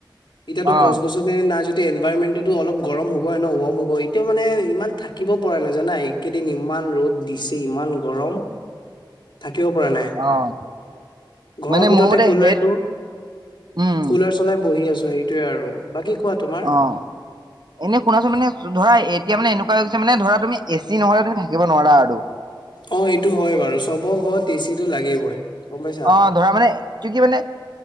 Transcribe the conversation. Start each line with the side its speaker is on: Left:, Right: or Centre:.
Left: এতিয়াতো
Right: অ',
Left: গছ গছনি নাই যদি এনভাইৰমেন্টটোতো অলপ গৰম হ'ব নহঁ ৱাৰম হ'ব এতিও মানে ইমান থাকিব পৰা জানা এইকেইদিন ইমান ইমান ৰ'দ দিছে ইমান গৰম।
Right: <inaudible>
Left: কিয় পৰা নাই।
Right: অ'।
Left: ঘৰৰ
Right: মানে
Left: ভিতৰতে
Right: মোৰ মতে
Left: কুলাৰটো
Right: সেই উম,
Left: কুলাৰ চলাই বহি আছ- সেইটোৱে আৰু বাকী। কোৱা তোমাৰ
Right: অহ এনে শুনাচোন মানে ধৰা এতিয়া মানে এনেকুৱা মানে ধৰা তুমি এ চি নহলে তুমি থাকিব নোৱাৰা আৰু
Left: অ এইটো হয় বাৰু চবৰ ঘৰত এই চিটো লাগিবই। গম পাইছা
Right: অ ধৰা মানে কি কি মানে